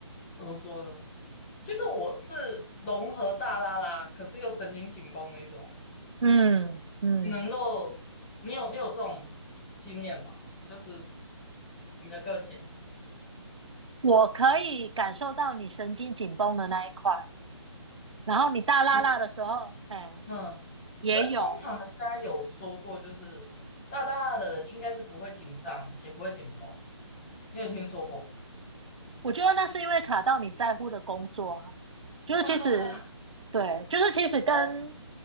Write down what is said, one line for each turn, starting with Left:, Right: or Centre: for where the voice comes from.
Left: 怎么说呢？其实我是融合大拉拉，可是又神经紧绷的一种人。
Right: 嗯嗯，
Left: 你能够，你有你有这种经验吗？就是你的个性，
Right: 我可以感受到你神经紧绷的那一块，然后你大拉拉的时候，
Left: 可是
Right: 哎，
Left: 嗯，
Right: 也有，
Left: 可是通常人家有说过，就是大大的人应该是不会紧张，也不会紧绷。你有听说过？
Right: 我觉得那是因为卡到你在乎的工作啊，
Left: <laughs>
Right: 就是其实，
Left: 哈哈哈。
Right: 对，就是其实跟
Left: 哦